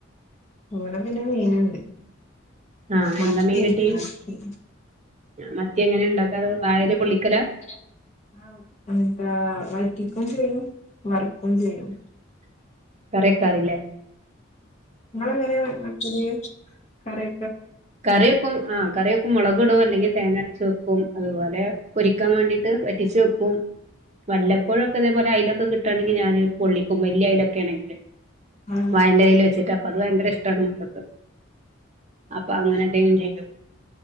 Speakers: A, on the left; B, on the right.
A: ഇവടെ പിന്നെ മീന്ണ്ട്.
B: ആഹ്
A: മത്തിണ്ട്
B: എന്താ മീൻ കിട്ടി
A: മത്തി. <unintelligible>
B: മത്തി എങ്ങനെ ഇണ്ടാക്കാറ് വായേല് പൊള്ളിക്കലാ
A: റ്റിക്കും ചെയ്യും വറക്കും ചെയ്യും.
B: കറിയെക്കാറില്ലേ?
A: ഇങ്ങള് എങ്ങനെ കറി വെക്കല് കറി
B: കറിവെക്കും ആ കറിവെക്കും മൊളകിടും അല്ലെങ്കി തേങ്ങരച്ച് വെക്കും അതുപോലെ പൊരിക്കാൻ വേണ്ടിട്ട് വറ്റിച്ച് വെക്കും വല്ലപ്പോഴൊക്കെ ഇതേപോലെ അയ്ല ഇപ്പകിട്ടാണെങ്കിൽ ഞാൻ പൊളളിക്കും വല്ല്യ അയ്ലൊക്കെ ആണെങ്കില്
A: ആ
B: വയലന്റെലെല് വച്ചിട്ട് അത് ഭയങ്കര ഇഷ്ടാണ് മക്കക്ക് അപ്പ അങ്ങനെ എന്തെലും ചെയ്യോ